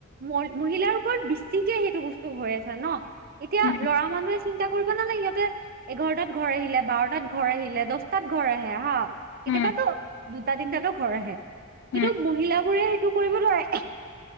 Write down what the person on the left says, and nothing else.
উম,
উম,
উম,